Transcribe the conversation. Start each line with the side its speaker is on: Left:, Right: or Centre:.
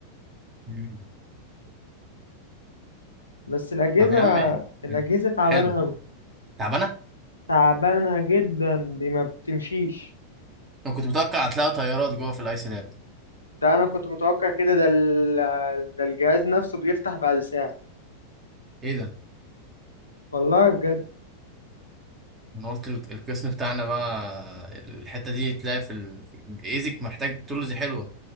Right: مم.
Left: بس الأجهزة
Right: طب يا عم
Left: الأجهزة
Right: حلو
Left: تعبانة
Right: حلو ده
Left: أوي
Right: تعبانه
Left: تعبانة جدا دي ما بتمشيش
Right: انا كنت متوقع هتلاقي طيارات جوه في الايس لاب
Left: ده أنا كنت متوقع كده ده ال... ده الجهاز نفسه بيفتح بعد ساعة
Right: ايه ده
Left: والله بجد
Right: انا قلت ال- القسم بتاعنا بقى الحته دي تلاقي في الايزك محتاج تولز حلوه